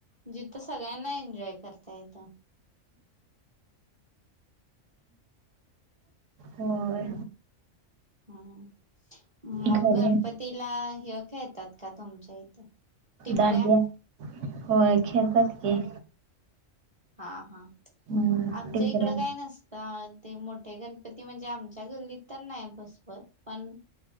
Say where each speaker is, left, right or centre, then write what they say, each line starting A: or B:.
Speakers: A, on the right; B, on the right.
A: जिथं सगळ्यांना एन्जॉय करता येतं
B: होय
A: हम! मग
B: घरी
A: गणपतीला हे खेळतात का तुमच्या इथं टिपऱ्या
B: दांडया, होय खेळतात की.
A: हा हा,
B: हम्म
A: आमच्या
B: टिपऱ्या
A: इकड काय नसतात. ते मोठे गणपती म्हणजे, आमच्या गल्लीत तर नाही बसपत पण